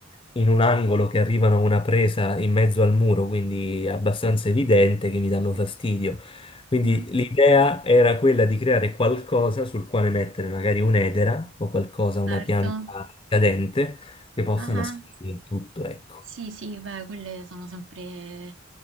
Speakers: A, on the left; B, on the right.
A: in un angolo che arrivano a una presa in mezzo al muro, quindi è abbastanza evidente che mi danno fastidio. Quindi
B: mm,
A: l'idea era quella di creare qualcosa sul quale mettere magari un'edera o qualcosa, una
B: certo.
A: pianta cadente che possa
B: Ah.
A: nascondere tutto, ecco.
B: Sì, sì, beh, quelle sono sempre...